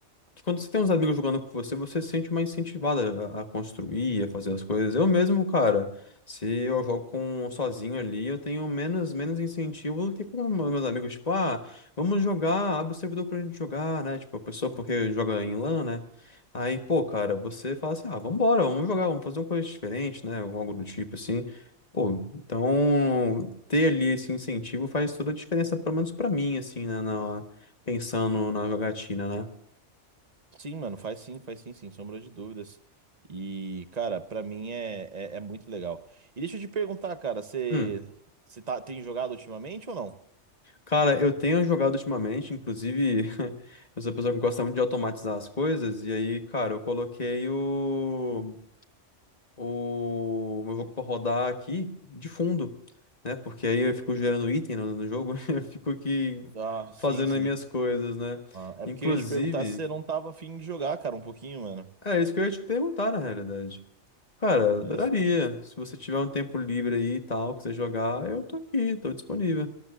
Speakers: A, on the left (about 35°); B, on the right (about 35°).
A: que quando você tem uns amigos jogando com você, você se sente mais incentivada a, a construir, a fazer as coisas. Eu mesmo, cara, se eu jogo com sozinho ali, eu tenho menos menos incentivo do que com os meus amigos, tipo, ah, vamos jogar, abre o servidor pra gente jogar, né? Tipo, a pessoa porque joga em LAN, né? Aí, pô, cara, você fala assim, ah, vambora, vamos jogar, vamos fazer uma coisa diferente, né? Ou algo do tipo assim. Pô, então ter ali esse incentivo faz toda a diferença, pelo menos pra mim, assim, né? Na, pensando na jogatina, né?
B: Sim, mano, faz sim, faz sim, sem sombra de dúvidas. E, cara, pra mim é, é, é muito legal. E deixa eu te perguntar, cara, você,
A: Hum.
B: você tá, tem jogado ultimamente ou não?
A: Cara, eu tenho jogado ultimamente, inclusive, <laughs> eu sou uma pessoa que gosta muito de automatizar as coisas, e aí, cara, eu coloquei o, o meu jogo pra rodar aqui de fundo, né? Porque aí eu fico gerando item no, no jogo, <laughs> eu fico aqui
B: Ah, sim,
A: fazendo
B: sim.
A: as minhas coisas, né?
B: Ah, é
A: Inclusive,
B: porque eu ia te perguntar se você não tava afim de jogar, cara, um pouquinho, mano.
A: é isso que eu ia te perguntar, na realidade. Cara, eu
B: Olha
A: adoraria.
B: só.
A: Se você tiver um tempo livre aí e tal, quiser jogar, eu tô aqui, tô disponível.